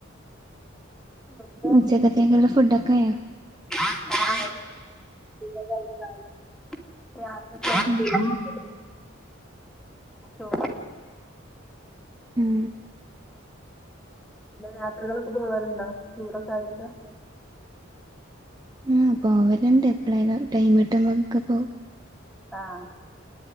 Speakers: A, in the centre; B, on the right.
A: നമുക്ക്
B: ഉച്ചക്കതെയ്ക്ക്ള്ള ഫുഡക്കെ ആയോ
A: <unintelligible> ര <unintelligible>
B: ഉം
A: ഓ
B: ഉം
A: യാത്രകള്ക്കെ പോകാറ്ണ്ടോ ടൂറൊക്കെയിട്ട്
B: ഉം പോവലുണ്ട് എപ്പഴേലും ടൈംട്ടുമ്പോ ക്കെ പോവും
A: ആഹ്